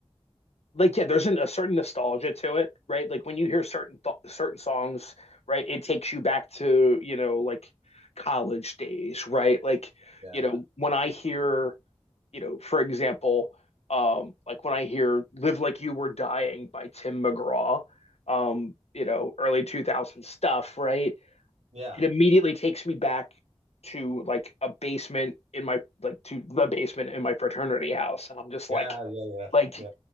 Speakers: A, on the left; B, on the right.
A: like yeah there's an, a certain nostalgia to it right like when you hear certain th- certain songs right it takes you back to you know like college days right like
B: yeah
A: you know when i hear you know for example um like when i hear live like you were dying by tim mcgraw um you know early 2000 stuff right
B: yeah
A: it immediately takes me back to like a basement in my like to the basement in my fraternity house and i'm just
B: yeah
A: like
B: yeah
A: like
B: yeah